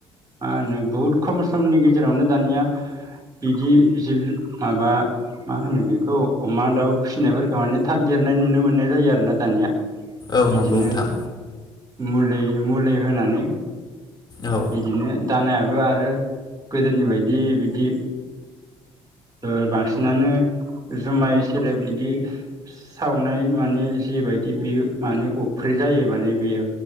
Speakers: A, on the right; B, on the left.
A: मा होनो बुहुद खम समनि गेजेरावनो दानिया बिदि जिब माबा मा होनो बेखौ अमा दाउ फिसिनायफोरखौ माने थाब देरनाय नुनो मोननाय जायो आरो ना दानिया।
B: औ
A: बिदिनो
B: नंगौ नोंथां।
A: मुलि मुलि होनानै
B: औ
A: बिदिनो दानायाबो आरो गोदोनि बायदि बिदि ओ बांसिनानो जुमाय सेरेब बिदि सावनाय माने जिबायदि बेयो माने उफ्रि जायो माने बियो।